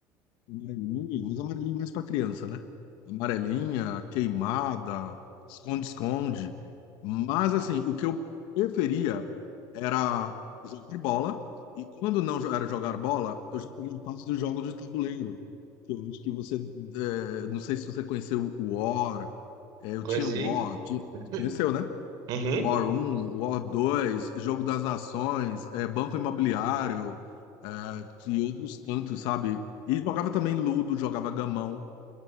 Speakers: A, on the left; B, on the right.
A: Amarelinha, mas amarelinha mais para criança, né? Amarelinha, queimada, esconde-esconde. Mas assim, o que eu preferia era jogar bola. E quando não jo- era jogar bola, eu já peguei a parte do jogo de tabuleiro. Que eu acho que você, é, não sei se você conheceu o War. é, eu
B: Conheci?
A: tinha o War. ti-
B: <laughs>
A: Conheceu, né?
B: Uhum.
A: War um, War dois, Jogo das Nações, é, Banco Imobiliário, é, e outros tantos, sabe? E jogava também Ludo, jogava Gamão.